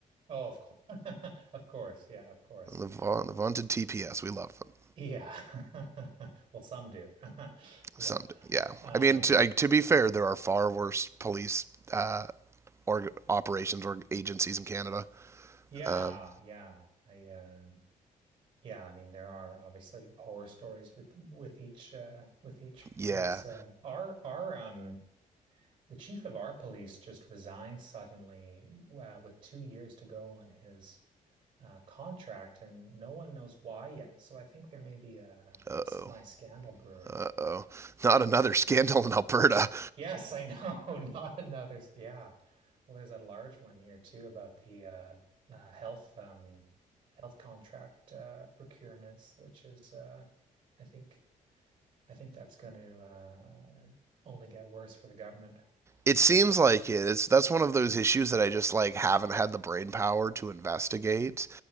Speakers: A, on the right (about 35°); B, on the right (about 20°).
A: Oh, of course. <laughs> Of course. Yeah, of course.
B: The, va-
A: Yeah.
B: the vaunted TPS, we love them.
A: Yeah. <laughs> Well, some do. <laughs> Yeah.
B: Some do. Yeah,
A: Um,
B: I mean, to, I, to be fair, there are far worse police uh, or operations or agencies in Canada.
A: yeah,
B: Um,
A: yeah. I uh Yeah, I mean there are obviously horror stories with with each uh with each
B: yeah.
A: police uh our our um the chief of our police just resigned suddenly uh, with two years to go on his uh contract and no one knows why yet. So I think there may be a
B: Uh
A: semi-scandal
B: oh.
A: brewing.
B: Uh oh. Not another scandal in Alberta.
A: Yes, I know, <laughs> not another. Yeah. Well, there's a large one here too about the uh, uh health um health contract uh procurements, which is uh I think I think that's going to uh, only get worse for the government.
B: It seems like It's that's one of those issues that I just like haven't had the brain power to investigate.